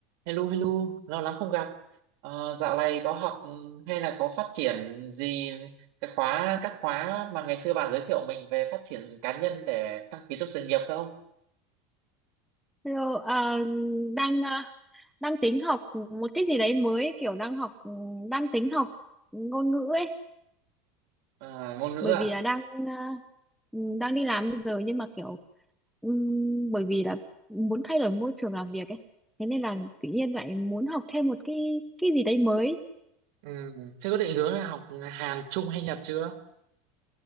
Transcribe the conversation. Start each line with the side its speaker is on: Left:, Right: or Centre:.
Right: Hello, hello, lâu lắm không gặp. Ờ, dạo này có học ừ, hay là có phát triển gì cái khóa các khóa mà ngày xưa bạn giới thiệu mình về phát triển cá nhân để đăng ký trong sự nghiệp không?
Centre: Hello, ờ, đang ờ, đang tính học một cái gì đấy mới kiểu đang học ừ, đang tính học ngôn ngữ ấy
Right: Ờ, ngôn ngữ
Centre: bởi
Right: à?
Centre: vì là đang ờ, ừ, đang đi làm bây giờ nhưng mà kiểu ừm, bởi vì là muốn thay đổi môi trường làm việc ấy thế nên là tự nhiên lại muốn học thêm một cái cái gì đấy mới
Right: Ừ. Thế có định hướng là học Hàn, Trung hay Nhật chưa?